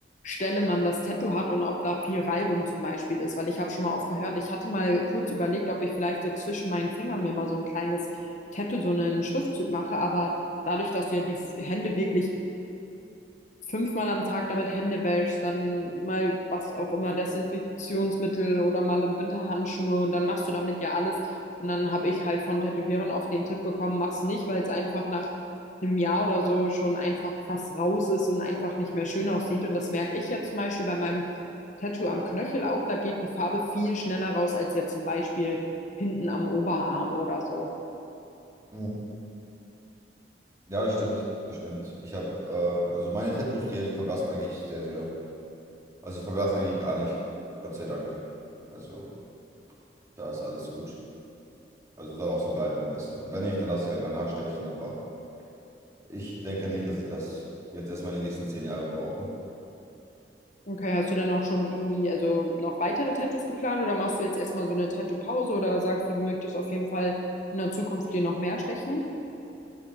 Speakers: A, on the left; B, on the right.
A: Stelle man das Tattoo hat und ob da viel Reibung zum Beispiel ist. Weil ich habe schon mal oft gehört, ich hatte mal kurz überlegt, ob ich vielleicht so zwischen meinen Fingern mir mal so ein kleines Tattoo, so einen Schriftzug mache. Aber dadurch, dass du ja die Hände wirklich fünfmal am Tag damit Hände wäschst, dann mal was auch immer, Desinfektionsmittel oder mal im Winter Handschuhe und dann machst du damit ja alles. Und dann habe ich halt von Tätowierern oft den Tipp bekommen, mach's nicht, weil es einfach nach einem Jahr oder so schon einfach fast raus ist und einfach nicht mehr schön aussieht. Und das merke ich ja zum Beispiel bei meinem Tattoo am Knöchel auch. Da geht die Farbe viel schneller raus als jetzt zum Beispiel hinten am Oberarm oder so.
B: Mhm. Ja, das stimmt, das stimmt. Ich habe, äh, also meine Tattoos, die verblassen eigentlich sehr, sehr. Also verblassen eigentlich gar nicht. Gott sei Dank. Also da ist alles gut. Also soll auch so bleiben am besten. Und wenn nicht, dann lasse ich halt mal nachstechen. Aber ich denke nicht, dass ich das jetzt erstmal die nächsten zehn Jahre brauche.
A: Okay, hast du denn auch schon irgendwie, also noch weitere Tattoos geplant oder machst du jetzt erstmal so eine Tattoo-Pause oder sagst du, du möchtest auf jeden Fall in der Zukunft dir noch mehr stechen?